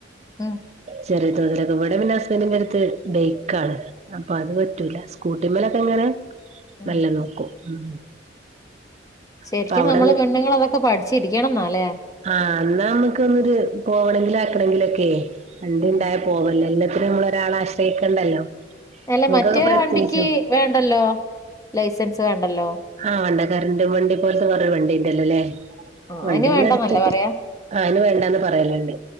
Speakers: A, on the left (about 20°); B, on the right (about 35°).
A: ഉം
B: ചെറിയ തോതിലൊക്കെ ഇവിടെ പിന്നെ ഹസ്ബന്റിന്റെ അട്ത്ത് ബേക്കാണ് അപ്പൊ അത് പറ്റൂല സ്കൂട്ടിമ്മലൊക്കെ ഇങ്ങനെ
A: ഉം
B: മെല്ലെ നോക്കും ഉം
A: ശരിക്കും
B: അപ്പൊ അവിടെ
A: നമ്മള് പെണ്ണ്ങ്ങൾ അതൊക്കെ പഠിച്ചിരിക്കണം ന്നാല്ലേ
B: ആഹ് എന്നാ നമ്മുക്ക് ഒന്നൊരു പോണെങ്കിലും ആക്കണെങ്കിലും ഒക്കെ വണ്ടി
A: ഉം
B: ഇണ്ടായ പോവല്ലോ എല്ലാത്തിനും നമ്മൾ ഒരാളെ ആശ്രയിക്കണ്ടല്ലോ
A: അല്ല
B: ഇങ്ങക്കൊക്കെ
A: മറ്റേ
B: പ്രത്യേകിച്ചു
A: വണ്ടിക്ക് വേണ്ടല്ലോ ലൈസൻസ് വേണ്ടല്ലോ
B: ആഹ് ഉണ്ടെ കരന്റും വണ്ടി പോൽത്തെ കൊറേ വണ്ടീണ്ടല്ലോലേ
A: ആ
B: വണ്ടി
A: അയിന്
B: ഒന്നെട്ത്തിട്ട്
A: വേണ്ടന്നല്ലേ പറയാ
B: ആഹ് അയിന് വേണ്ടാന്ന് പറയല്ണ്ട്